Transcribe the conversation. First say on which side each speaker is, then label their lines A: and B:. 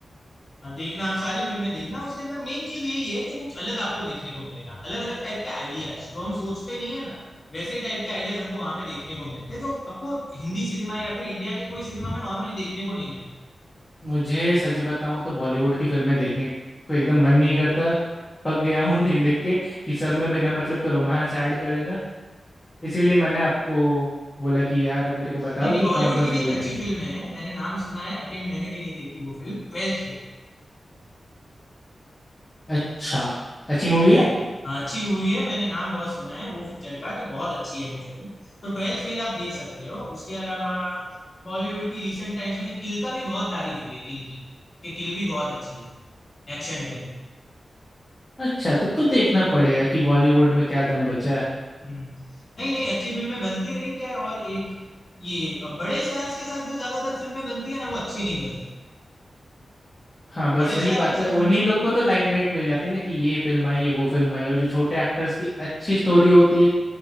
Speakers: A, on the left; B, on the left.
A: हाँ, देखना आप सारी फिल्में देखना उसके अंदर मेन चीज यही है कि कुछ अलग आपको देखने को मिलेगा अलग अलग टाइप के आइडियाज जो हम सोचते नहीं है ना वैसे टाइप के आइडियाज हमको वहां पे देखने को मिलते हैं जो आपको हिंदी सिनेमा या फिर इंडिया के कोई सिनेमा में नॉर्मली देखने को नहीं मिलते
B: मुझे सच बताऊँ तो बॉलीवुड की फिल्में देखने को एकदम मन नहीं करता पक गया हूँ देख देख के कि सब में बिना मतलब का रोमांस ऐड कर देना इसीलिए मैंने आपको बोला कि यार मेरे को बताओ
A: नहीं नहीं
B: कि
A: बॉलीवुड
B: कौन कौन
A: की
B: सी
A: भी
B: मूवी
A: एक
B: देखनी
A: अच्छी फिल्म है मैंने नाम सुना है अगेन मैंने भी नहीं देखी वो film twelfth fail
B: अच्छा अच्छी
A: Twelfth
B: मूवी है
A: fail हाँ अच्छी हुई है मैंने नाम बहुत सुना है वो पिक्चर का कि बहुत अच्छी है वो फिल्म तो ट्वेल्थ फेल आप देख सकते हो उसके अलावा बॉलीवुड की रिसेंट टाइम्स में किल का भी बहुत तारीफ हुई है किल की कि किल भी बहुत अच्छी है एक्शन फिल्म
B: अच्छा तब तो देखना पड़ेगा कि बॉलीवुड में क्या दम बचा है
A: हम्म। नहीं नहीं अच्छी फिल्में बनती है लेकिन क्या है और एक ये अब बड़े स्टार्स के साथ जो ज्यादातर फिल्में बनती है ना वो अच्छी नहीं बनती
B: हाँ बस
A: बड़े
B: वही
A: स्टार
B: बात
A: के साथ
B: है उन्हीं
A: हम्म नहीं
B: लोग को तो लाइमलाइट मिल जाती है ना कि ये फिल्म आई ये वो फिल्म आई और जो छोटे एक्टर्स की अच्छी स्टोरी होती है